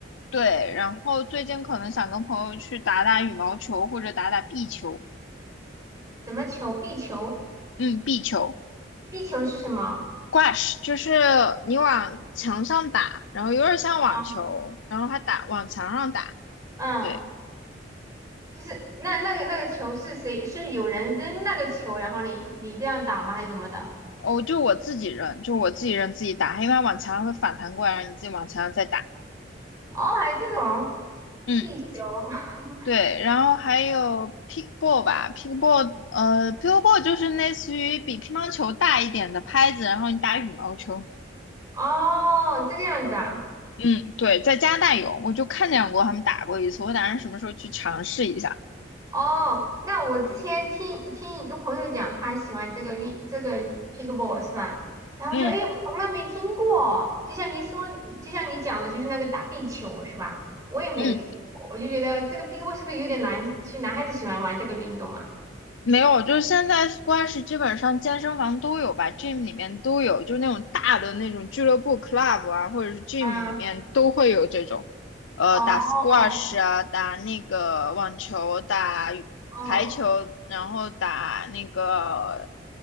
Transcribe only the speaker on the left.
对，然后最近可能想跟朋友去打打羽毛球或者打打壁球，
嗯，壁球
，squash 就是你往墙上打，然后有点像网球，
然后还打往墙上打。
对，
哦，就我自己扔，就我自己扔自己打，因为它往墙上会反弹过来，让你自己往墙上再打。
嗯。
对，然后还有 pickleball 吧，pickleball，呃，pickleball 就是类似于比乒乓球大一点的拍子，然后你打羽毛球。
嗯，对，在加拿大有，我就看见过他们打过一次，我打算什么时候去尝试一下。
嗯
嗯，
没有，就是现在 squash 基本上健身房都有吧，gym 里面都有，就那种大的那种俱乐部 club 啊，或者是 gym
里面都会有这种，呃，
打 squash 啊，打那个网球，打羽排球，
然后打那个